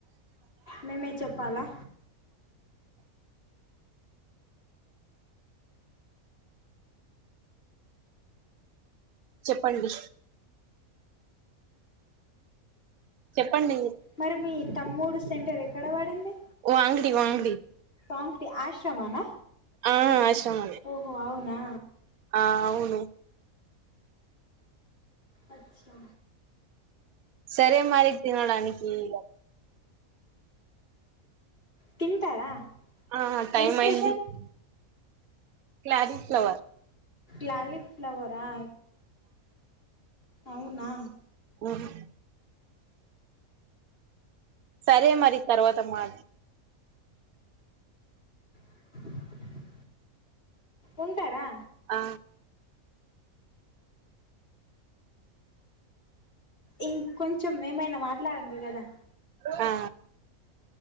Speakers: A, on the left (about 40°); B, on the right (about 85°).
A: మేమే చెప్పాలా
B: చెప్పండి చెప్పండి
A: మరి మీ తమ్ముడు సెంటర్ ఎక్కడ పడింది
B: వాంగ్డి వాంగ్డి
A: పాంక్టి ఆశ్రమానా
B: ఆ ఆశ్రమ
A: ఓహో అవునా
B: ఆ అవును
A: అచ్చా
B: సరే మరికి తినడానికి ఇై
A: తింటారా
B: ఆ టైం
A: ఏం స్పెషల్
B: అయింది ఇ <inaudible> <unintelligible> కాలిఫ్లవర్
A: లాలీఫ్లవరా అవునా
B: మ్ సరే మరి తర్వాత మా
A: <unintelligible> ఉంటారా
B: ఆ
A: ఇంకొంచెం ఏమైనా మాట్లాడండి కదా
B: ఆ